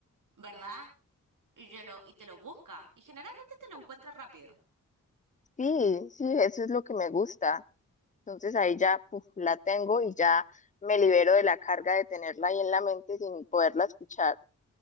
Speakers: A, on the right; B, on the left.
A: ¿verdad? Y yo lo, y te lo busca, y generalmente te lo encuentra rápido,
B: Sí, sí, eso es lo que me gusta. Entonces ahí ya puf, la tengo y ya me libero de la carga de tenerla ahí en la mente sin poderla escuchar.